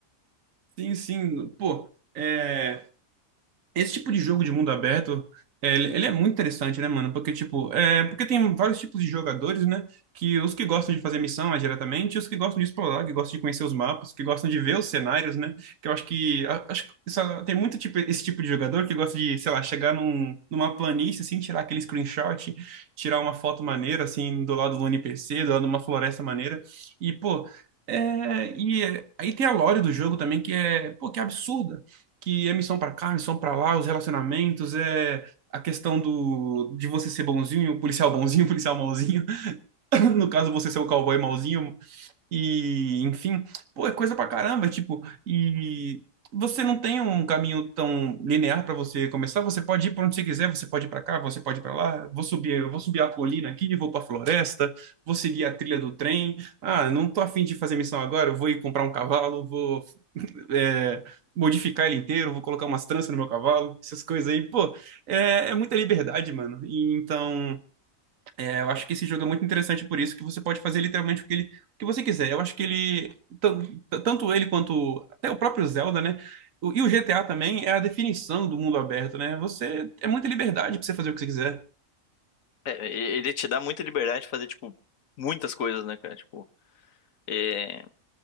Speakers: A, on the right (about 75°); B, on the left (about 75°).
A: Sim, sim. Pô, é. Esse tipo de jogo de mundo aberto, é, ele ele é muito interessante, né, mano? Porque, tipo, é, porque tem vários tipos de jogadores, né? Que os que gostam de fazer missão mais diretamente, e os que gostam de explorar, que gostam de conhecer os mapas, que gostam de ver os cenários, né? Que eu acho que, a- acho que isso- tem muito tipo, esse tipo de jogador que gosta de, sei lá, chegar num, numa planície, assim, tirar aquele screenshot, tirar uma foto maneira, assim, do lado do NPC, do lado de uma floresta maneira. E, pô, é, e é, aí tem a lore do jogo também, que é, pô, que é absurda que é missão pra cá, missão pra lá, os relacionamentos, é a questão do de você ser bonzinho, policial bonzinho, policial mauzinho. <laughs> No caso, você ser o cowboy mauzinho, e, enfim, pô, é coisa pra caramba, tipo, e você não tem um caminho tão linear pra você começar, você pode ir pra onde você quiser, você pode ir pra cá, você pode ir pra lá, vou subir, eu vou subir a colina aqui, vou pra floresta, vou seguir a trilha do trem. Ah, não tô afim de fazer missão agora, eu vou ir comprar um cavalo, vou <laughs> é, modificar ele inteiro, vou colocar umas tranças no meu cavalo, essas coisas aí, pô, é, é muita liberdade, mano. E, então é, Eu acho que esse jogo é muito interessante por isso, que você pode fazer literalmente o que, ele, o que você quiser. Eu acho que ele, tan- t- tanto ele quanto até o próprio Zelda, né? O- E o GTA também é a definição do mundo aberto, né? Você é muita liberdade pra você fazer o que você quiser.
B: É, e- ele te dá muita liberdade de fazer, tipo, muitas coisas, né, cara? Tipo, é,